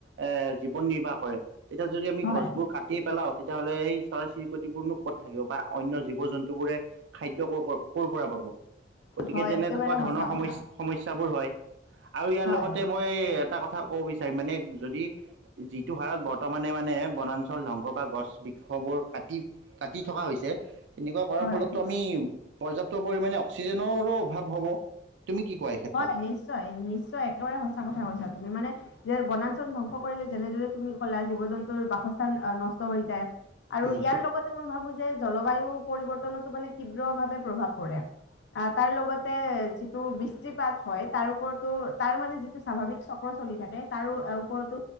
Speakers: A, on the right; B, on the left.
A: এ জীৱন নিৰ্বাহ কৰে, তেতিয়া যদি আমি
B: হয়।
A: গছবোৰ কাটি পেলাও তেতিয়াাহ'লে স। তাৰে চিৰিকতি বোৰনো ক'ত থাকিব বা অন্য জীৱ জন্তু বোৰে খাদ্য ক। কৰ' পৰা পাব গতিকে
B: হয়
A: তেনেকুৱা
B: একেবাৰে
A: ধৰণৰ
B: সঁচা
A: সমস্যা।
B: কথা
A: সমস্যাবোৰ হয়, আৰু ইয়াৰ
B: হয়
A: লগতে মই এটা কথা কব। মানে যদি যিটো হাৰত বৰ্তমানে মানে বনাঞ্চল ধংস বা গছ বৃক্ষবোৰ কাতি। কাটি থকা হৈছে, এনেকুৱা কৰাৰ
B: হয়
A: ফলতো আমি পৰ্যাপ্ত পৰিমাণে। অক্সিজেনৰো অভাৱ হ'ব। তুমি কি কোৱা এই ক্ষেত্ৰত
B: হয় নিশ্চয় নিশ্চয় একেবাৰে সঁচা কথা কৈছা তুমি মানে যে বনাঞ্চল ধ্বংস কৰিলে যেনেদৰে তুমি ক'লা জীৱ জন্তুৰ বাসস্থান নষ্ট হৈ যায়। আৰু
A: উম
B: ইয়াৰ লগতে। মই ভাবো যে, জলবায়ু পৰিৱৰ্তনো মানে তীব্ৰ ভাৱে প্ৰভাৱ পৰে। তাৰ লগতে যিটো বি। পাত হয়, তাৰ ওপৰতো তাৰ মানে যিটো স্বাভাৱিক চক্ৰ চলি থাকে। তাৰো ওপৰতো।